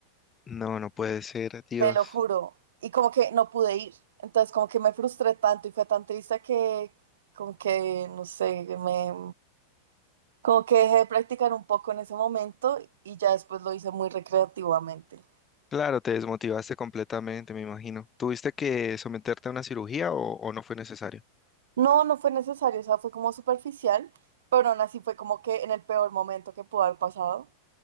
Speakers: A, on the left; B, on the right.
A: No, no puede ser, Dios.
B: te lo juro, y como que no pude ir. Entonces como que me frustré tanto y fue tan triste que como que, no sé, me, Como que dejé de practicar un poco en ese momento y ya después lo hice muy recreativamente.
A: Claro, te desmotivaste completamente, me imagino. ¿Tuviste que someterte a una cirugía o, o no fue necesario?
B: No, no fue necesario, o sea, fue como superficial, pero aún así fue como que en el peor momento que pudo haber pasado.